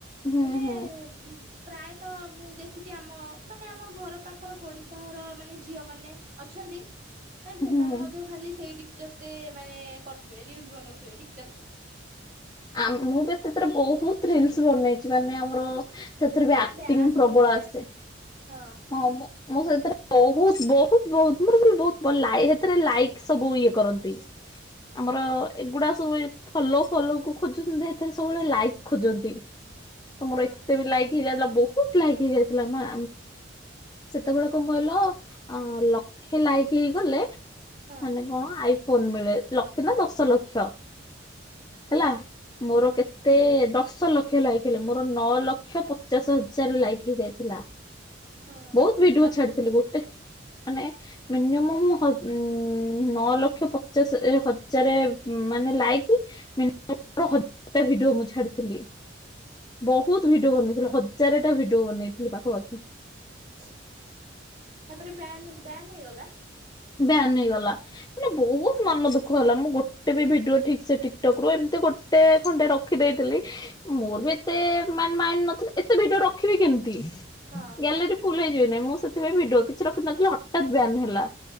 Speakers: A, on the left; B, on the right.
A: ହୁଁ
B: ମାନେ
A: ହୁଁ
B: ଉହୁ ପ୍ରାୟତଃ ମୁଁ ଦେଖିଛି ଆମ ମାନେ ଆମ ଘର ପାଖର ପଡ଼ିଶା ଘର ମାନେ ଝିଅମାନେ ଅଛନ୍ତି। ମାଇ ସେମାନେ
A: ହୁଁ
B: ମଧ୍ୟ ଖାଲି ସେଇ ଟିକ୍ ଟକ୍ ରେ ମାନେ କରୁଥିବେ ରିଲିସ୍ ବନଉଥିବେ ଟିକ୍ ଟକ୍ ରେ
A: ଆଉ ମୁଁ ତ ତେତିରେ ବହୁତ ରିଲିସ୍ ବନେଇଛି ମାନେ ଆମର ସେଥିରେ
B: ସେଇଟା
A: ବି ଆକ୍ଟିଙ୍ଗ
B: ବ୍ୟାନ୍
A: ପ୍ରବଳ
B: ହେଇଗଲା
A: ଆସେ।
B: ହଁ।
A: ହଁଆ ମୁଁ ସେଥିରେ ବହୁତ ବହୁତ ବହୁତ ମୋର ବି ବହୁତ ସେଥିରେ ଲାଇକ୍ ସବୁ ଇଏ କରନ୍ତି। ଆମର ଏଗୁଡା ସବୁ ଫଲୋ ଫଲୋ କୁ ଖୋଜୁଛନ୍ତି ଏଥିରେ ସବୁବେଳେ ଲାଇକ୍ ଖୋଜନ୍ତି। ତମର
B: ହଁ
A: ଏତେ ବି ଲାଇକ୍ ହେଇ ଯାଇଥିଲା ବହୁତ ଲାଇକ ହେଇ ଯାଇଥିଲା ମା। ସେତେବେଳେ କଣ କହିଲ ଅ ଲକ୍ଷେ ଲାଇକି ହେଇଗଲେ
B: ହଁ
A: ମାନେ କଣ ଆଇଫୋନ ମିଳେ ଲକ୍ଷେ ନା ଦଶ ଲକ୍ଷ
B: ଆଚ୍ଛା।
A: ହେଲା। ମୋର
B: ହଁ
A: କେତେ ଦଶ ଲକ୍ଷ ଲାଇକ ହେଲେ ମୋର ନଅ ଲକ୍ଷ ପଚାଶ ହଜାର ଲାଇକ ହେଇ ଯାଇଥିଲା।
B: ହଁ
A: ବହୁତ ଭିଡିଓ
B: ତାପରେ
A: ଛାଡିଥିଲି ଗୋଟେ ମାନେ ମିନିମମ୍
B: ହଁ
A: ମୁ ହ ଉ -ନଅ ଲକ୍ଷ ପଚାଶ ହଜାର ମାନେ ଲାଇକି ମିନିମମ୍ <unintelligible> ହ -ଭିଡିଓ ମୁ ଛାଡ଼ିଥିଲି। ବହୁତ
B: ଆଚ୍ଛା।
A: ଭିଡିଓ ବନେଇଥିଲି ହଜାର ଟା ଭିଡିଓ ବନେଇଥିଲି ପାଖାପାଖି।
B: ତାପରେ ବ୍ୟାନ ବ୍ୟାନ ହେଇଗଲା।
A: ବ୍ୟାନ ହେଇଗଲା। ମାନେ ବହୁତ ମନ ଦୁଃଖ ହେଲା ମୁଁ ଗୋଟେ ବି ଭିଡିଓ ଠିକ୍ ସେ ଟିକଟକ୍ ରୁ ଏମିତି ଗୋଟେ ଖଣ୍ଡେ ରଖିଦେଇଥିଲି। ମୋର ବି ଏତେ ମେ ମାଇଣ୍ଡ ନଥିଲା ଏତେ ଭିଡିଓ ରଖିବି କେମତି।
B: ହଁ
A: ଗ୍ୟାଲେରୀ ଫୁଲ ହେଇଯିବ ନାଇଁ ମୁଁ ସେଥିପାଇଁ ଭିଡିଓ କିଛି ରଖି ନଥିଲି ହଠାତ୍ ବ୍ୟାନ୍ ହେଲା।